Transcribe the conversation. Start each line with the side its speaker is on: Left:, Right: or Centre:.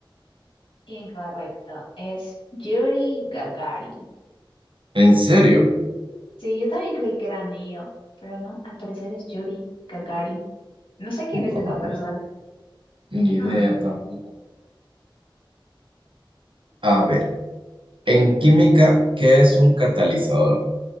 Left: Incorrecto, es Yuri Gagarin.
Right: ¿En serio?
Left: Sí, yo también creí que era Neil, pero no, al parecer es Yuri Gagarin. No sé quién
Right: Ay,
Left: es esa persona.
Right: Ni idea
Left: Ujú.
Right: tampoco. A ver, en química, ¿qué es un catalizador?